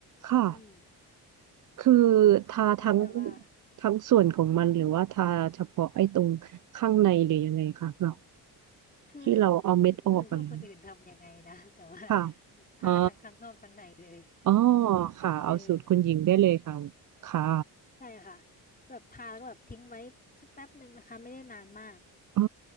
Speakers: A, on the right; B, on the left.
A: ค่ะ
B: อืม
A: คือทาทั้ง
B: แล้วแบบว่า
A: ทั้งส่วนของมันหรือว่าทาเฉพาะไอ้ตรงข้างในหรือยังไงคะเรา
B: คือ
A: ที่เราเอาเม็ดออกอะไรอย่างเงี้ย
B: หญิงไม่รู้ว่าคนอื่นทำยังไงนะแต่ว่า
A: ค่ะ
B: หญิงทาทั้งข้างนอกข้างในเลย
A: อ่าอ๋อค่ะ เอาสูตรคุณหญิงได้เลยค่ะ
B: เออ
A: ค่ะ
B: ใช่ค่ะแบบทาแล้วก็แบบทิ้งไว้สักแป๊บหนึ่งนะคะไม่ได้นานมาก
A: อ่า